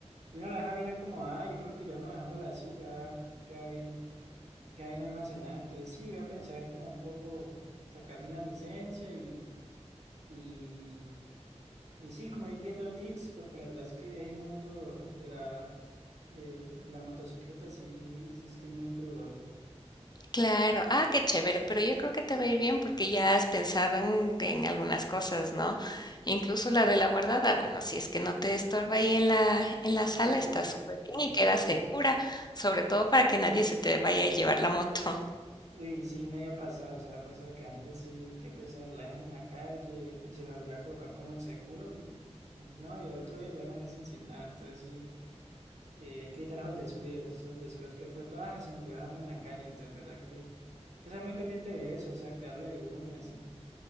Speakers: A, on the right; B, on the left.
A: y uno la deja bien acomodada, yo creo que ya uno dejándola así ya queda bien, queda bien almacenada, entonces sí, voy a pensar como un poco, sacar bien la licencia y, y, y sí, como ir viendo tips, porque la verdad es que de ese mundo <laughs> de la, de la motocicleta sí, sí estoy muy crudo.
B: claro. Ah, qué chévere, pero yo creo que te va a ir bien porque ya has pensado en, en algunas cosas, ¿no? Incluso la de la guardada, bueno, si es que no te estorba ahí en la, en la sala,
A: <laughs>
B: está súper bien
A: Sí.
B: y queda segura, sobre todo para que nadie se te vaya a llevar la moto.
A: Y sí, no había pasado, o sea, ha pasado que la gente sí, qué pesar, la dejan en la calle o- y se les olvida colocar como el seguro y, y no, y al otro día ya amanecen sin nada, entonces sí, eh, hay que evitar esos descuidos, esos descuidos que de pronto, ah, se me olvidó dejarlo en la calle, entonces verdad que hay que ser muy pendiente de eso, o sea, cuidarlo de uno y así.